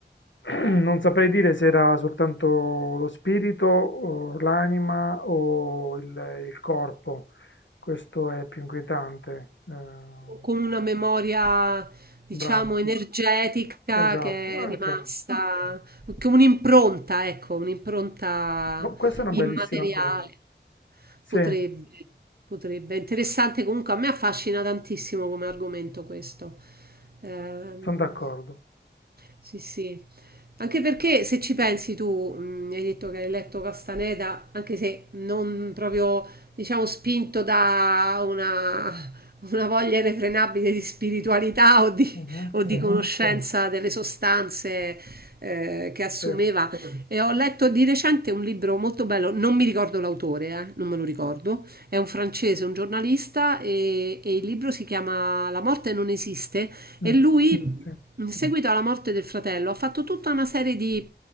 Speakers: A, on the left (about 80°); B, on the right (about 55°).
A: <clears throat> non saprei dire se era soltanto lo spirito, o l'anima o il, il corpo. Questo è più inquietante. Eh,
B: O Con una memoria, diciamo,
A: bravo,
B: energetica
A: esatto,
B: che
A: anche.
B: è rimasta, con un'impronta, ecco, un'impronta
A: Boh, questa è una
B: immateriale.
A: bellissima cosa. Sì,
B: Potrebbe, potrebbe. Interessante comunque, a me affascina tantissimo come argomento questo. Ehm,
A: sono d'accordo.
B: sì, sì. Anche perché se ci pensi tu, mh, hai detto che hai letto Castaneda, anche se non proprio, diciamo, spinto da una, una voglia irrefrenabile di spiritualità o di,
A: Mhm,
B: o di
A: sì,
B: conoscenza delle sostanze eh, che assumeva.
A: sì,
B: E ho letto di recente un libro molto bello, non mi ricordo l'autore, eh, non me lo ricordo, è un francese, un giornalista e, e il libro si chiama La morte non esiste
A: mm,
B: e lui,
A: sì,
B: in seguito alla morte del fratello, ha fatto tutta una serie di